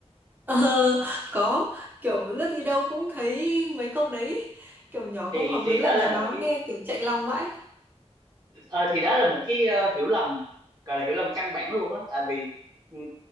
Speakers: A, on the right; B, on the right.
A: Ờ, có kiểu lướt đi đâu cũng thấy mấy câu đấy kiểu nhỏ
B: Thì
A: không học
B: thì
A: lớn
B: đó
A: làm
B: là
A: nhà báo
B: một cái
A: nghe kiểu chạnh lòng vãi
B: ờ, thì đó là một cái ờ, hiểu lầm gọi là hiểu lầm căn bản luôn á, tại vì ừ,